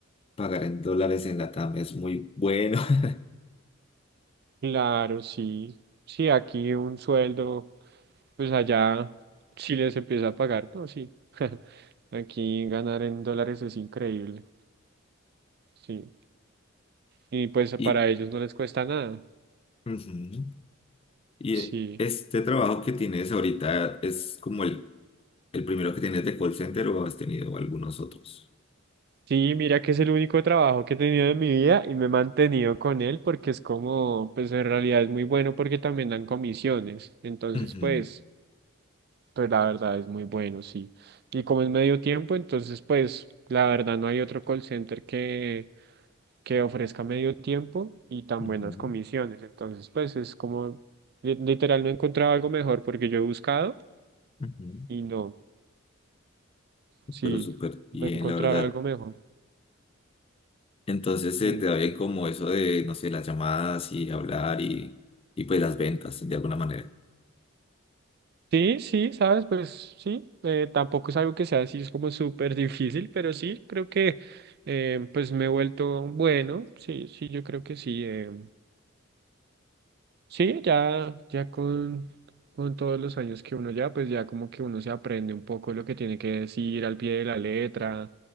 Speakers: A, on the left; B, on the right.
A: pagar en dólares en la TAM es muy bueno. <laughs>
B: Claro, sí. Sí, aquí un sueldo, pues allá sí les empieza a pagar, ¿no? Sí. <laughs> Aquí ganar en dólares es increíble. Sí. Y pues
A: Y,
B: para ellos no les cuesta nada.
A: ujú. Y
B: Sí.
A: eh, este trabajo que tienes ahorita es como el, el primero que tienes de call center o has tenido algunos otros.
B: Sí, mira que es el único trabajo que he tenido en mi vida y me he mantenido con él porque es como, pues en realidad es muy bueno porque también dan comisiones. Entonces,
A: Ujú,
B: pues, pues la verdad es muy bueno, sí. Y como es medio tiempo, entonces, pues, la verdad no hay otro call center que, que ofrezca medio tiempo y tan
A: ujú,
B: buenas comisiones. Entonces, pues es como, li- literal, no he encontrado algo mejor porque yo he buscado
A: ujú.
B: y no, sí,
A: Pero súper bien,
B: no he encontrado
A: la verdad.
B: algo mejor.
A: Entonces se
B: Mm.
A: te da bien como eso de, no sé, las llamadas y hablar y, y pues las ventas de alguna manera.
B: Sí, sí, sabes, pues sí, eh, tampoco es algo que sea así, es como súper <laughs> difícil, pero sí, creo que eh, pues me he vuelto bueno, sí, sí, yo creo que sí, eh, sí, ya, ya con, con todos los años que uno ya, pues ya como que uno se aprende un poco lo que tiene que decir al pie de la letra,